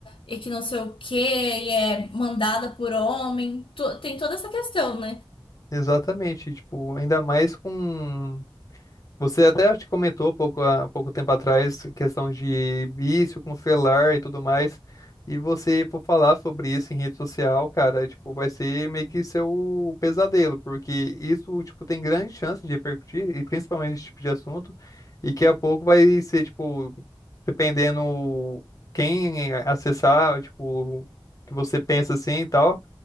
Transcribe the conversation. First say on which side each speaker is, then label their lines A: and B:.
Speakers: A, on the left (about 75°); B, on the left (about 40°).
A: e que não sei o quê, e é mandada por homem, to- tem toda essa questão, né?
B: Exatamente, tipo, ainda mais com. Você até acho que comentou pouco, há pouco tempo atrás, questão de vício com celular e tudo mais. E você for falar sobre isso em rede social, cara, tipo, vai ser meio que seu pesadelo, porque isso, tipo, tem grande chance de repercutir, e principalmente esse tipo de assunto, e que a pouco vai ser, tipo, dependendo quem acessar, tipo, que você pensa assim e tal.